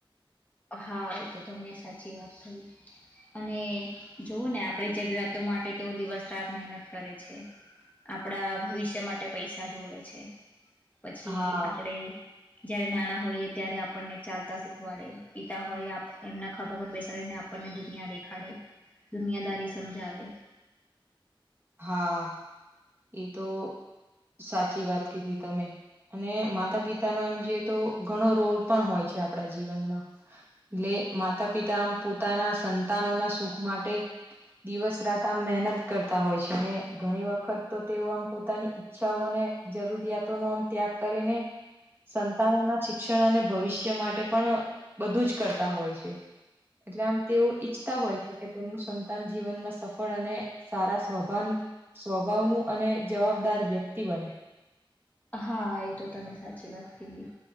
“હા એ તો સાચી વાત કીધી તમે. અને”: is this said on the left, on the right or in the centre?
Right